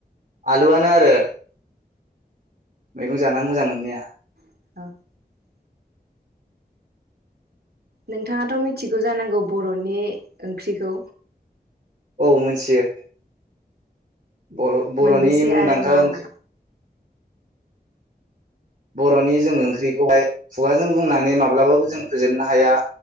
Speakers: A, on the right; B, on the right.
A: आलुआनो आरो मैगं जाना मोजां मोननाया
B: <unintelligible> नोंथाङाथ' मिथिगौ जानांगौ बर'नि ओंख्रिखौ।
A: औ मिथियो। बर' बर'नि
B: मोनबैसे
A: मुंदांखा
B: आरो मा
A: ओंख्रि
B: मा
A: बर'नि जों ओंख्रिखौहाय खुगाजों बुंनानै माब्लाबाबो जों फोजोबनो हाया